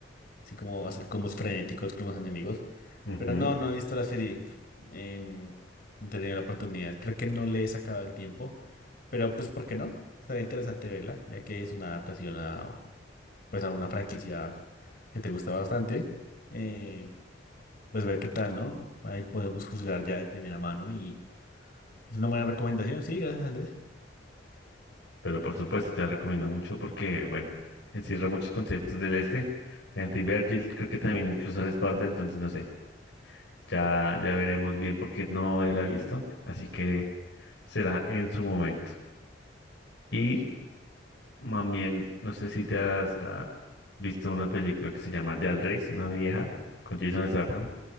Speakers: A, on the left (about 55°); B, on the left (about 70°).
A: así como hacer combos frenéticos con los enemigos.
B: Ujú.
A: Pero no, no he visto la serie. Em, no he tenido la oportunidad. Creo que no le he sacado el tiempo. Pero pues, ¿por qué no? Estaría interesante verla, ya que es una adaptación a, pues, a una franquicia que te gusta bastante. Eh, pues ver qué tal, ¿no? Ahí podemos juzgar ya de primera mano y es una buena recomendación. Sí, gracias, Andrés.
B: Pero por supuesto te la recomiendo mucho porque, bueno, encierra muchos conceptos del este. Dante y Virgil creo que también incluso la espalda, entonces no sé. Ya, ya veremos bien porque no la he visto. Así que será en su momento. Y también, no sé si te has ah, visto una película que se llama Dead Race, una vieja, con Jason Statham.